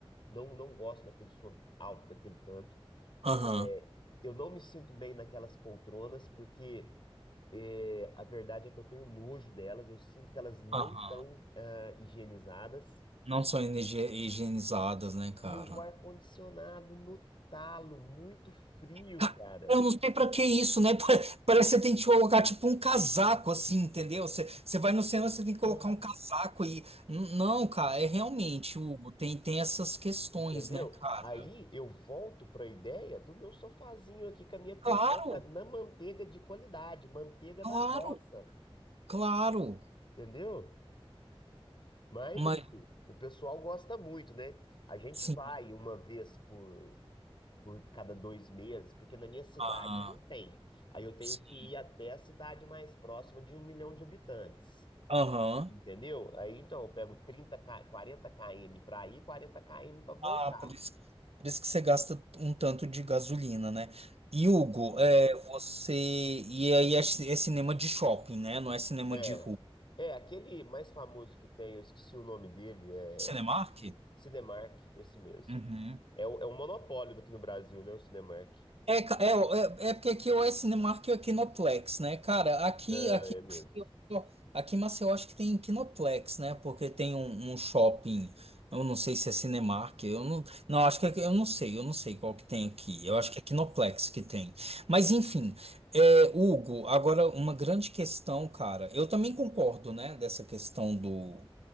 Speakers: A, on the left; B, on the right.
A: não, não gosto daquele som alto, daquele tanto.
B: aham,
A: É, Eu não me sinto bem naquelas poltronas, porque é, a verdade é que eu tenho nojo delas, eu sinto que elas não
B: aham.
A: estão higienizadas.
B: Não são higie- higienizadas, né, cara?
A: E o ar-condicionado no talo, muito frio,
B: Ca-
A: cara.
B: Eu não sei pra que isso, né? <laughs> Pa- Parece que você tem que colocar tipo um casaco, assim, entendeu? Você, você vai no cinema, você tem que colocar
A: Ah.
B: um casaco e. N- Não, cara, é realmente, Hugo, tem, tem essas questões,
A: Entendeu?
B: né, cara?
A: Aí eu volto para a ideia do meu sofazinho aqui com a minha pipoca
B: Claro,
A: na manteiga de qualidade, manteiga
B: claro,
A: da roça.
B: claro.
A: Entendeu? Mas,
B: Mas,
A: assim, o pessoal gosta muito, né? A gente
B: sim.
A: vai uma vez por, por cada dois meses, porque na minha cidade
B: ah,
A: não tem. Aí eu tenho
B: sim.
A: que ir até a cidade mais próxima de um milhão de habitantes.
B: Aham.
A: Entendeu? Aí então eu pego trinta K quarenta km para ir, quarenta km para voltar.
B: Ah, por isso, por isso que você gasta um tanto de gasolina, né? E Hugo,
A: Hum.
B: é, você. E aí é, ci- é cinema de shopping, né? Não é cinema
A: É.
B: de rua.
A: É, aquele mais famoso que tem, eu esqueci o nome dele, é
B: é Cinemark?
A: Cinemark, esse mesmo.
B: Uhum.
A: É, o- é um monopólio aqui no Brasil, né? O Cinemark.
B: É, ca- é, é, é porque aqui ou é Cinemark ou é Kinoplex, né? Cara, aqui,
A: Ah,
B: aqui
A: é mesmo.
B: Ó, Aqui em Maceió acho que tem Kinoplex, né? Porque tem um, um shopping, eu não sei se é Cinemark, eu não, não acho que é, eu não sei, eu não sei qual que tem aqui. Eu acho que é Kinoplex que tem. Mas enfim, é, Hugo, agora uma grande questão, cara. Eu também concordo, né, dessa questão do